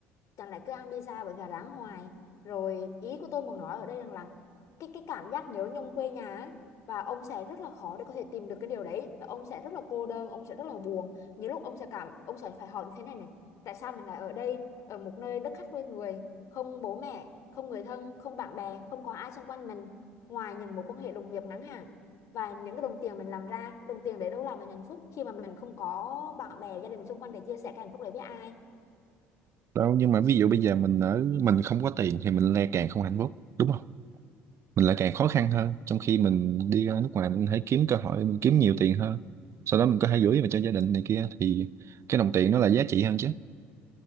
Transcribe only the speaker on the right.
đâu nhưng mà ví dụ bây giờ mình ở mình không có tiền thì mình lại càng không hạnh phúc đúng không mình lại càng khó khăn hơn trong khi mình đi ra nước ngoài mình hãy kiếm cơ hội mình kiếm nhiều tiền hơn sau đó mình có thể gửi về cho gia đình này kia thì cái đồng tiền nó là giá trị hơn chứ